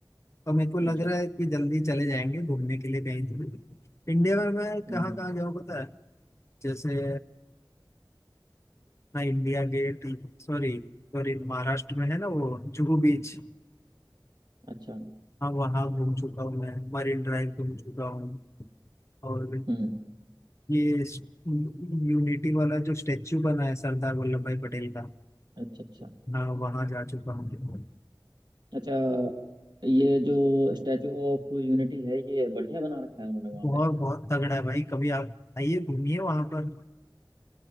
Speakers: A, on the left; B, on the right.
A: और मेरे को लग
B: अच्छा
A: रहा है कि जल्दी चले जाएंगे घूमने के लिए कहीं तो इंडिया में मैं कहाँ
B: हम्म हम्म,
A: कहाँ गया हूँ पता है जैसे मैं India gate sorry sorry Maharashtra में है ना वो जुहू बीच
B: अच्छा
A: हाँ वहाँ घूम चुका हूँ मैं मरीन ड्राइव घूम चुका हूँ और
B: हम्म
A: ये यूनिटी वाला जो स्टेच्यू बना है सरदार वल्लभ भाई पटेल का
B: अच्छा अच्छा
A: हाँ वहाँ जा चुका हूँ
B: अच्छा ये जो स्टैचू ऑफ यूनिटी है ये बढ़िया बना रखा है उन्होंने वहाँ
A: बहुत बहुत तगड़ा है भाई कभी आप आइए घूमिए वहाँ पर